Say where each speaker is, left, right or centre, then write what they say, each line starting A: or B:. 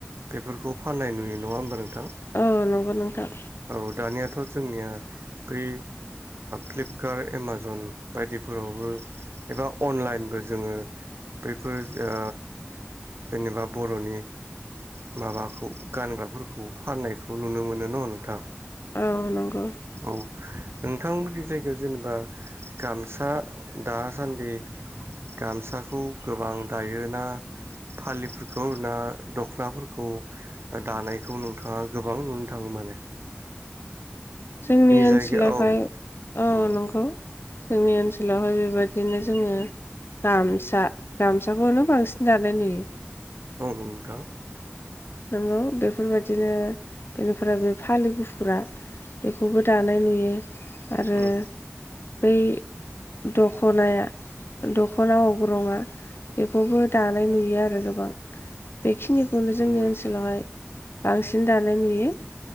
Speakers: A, on the right; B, on the left.
A: बेफोरखौ फाननाय नुयो नङा होमबा नों थां
B: औ नंगौ नोंथां
A: औ दानियाथ' जोंनिया बै फ्लिपकार्ट एमाजन बायदिफोरावबो एबा अनलाइनबो जोङो बैफोर ओ जेनेबा बर'नि माबाखौ गानग्राफोरखौ फाननायखौ नुनो मोनो। न नोंथां
B: औ नंगौ
A: औ नोंथांमोननि जायगायाव जेनेबा गामसा दासान्दि गामसाखौ गोबां दायोना? फालिफोरखौ ना दख'नाफोरखौ दानायखौ नोंथाङा गोबां नुनो। थाङो माने
B: जोंनि ओनसोलावहाय
A: जायगायाव औ
B: औ
A: उम
B: नंगौ जोंनि ओनसोलावहाय बेबायदिनो जोङो गामसा गामसाखौनो बांसिन दानाय नुयो।
A: औ नोंथां
B: नंगौ बेफोरबायदिनो बेनिफ्राय बे फालि गुफुरा बेखौबो दानाय नुयो आरो
A: उम
B: बै दखनाया दख'ना अग्रङा बेखौबो दानाय नुयो आरो गोबां बेखिनिखौनो
A: नंगौ
B: जोंनि
A: नोंथां
B: ओनसोलावहाय बांसिन दानाय नुयो।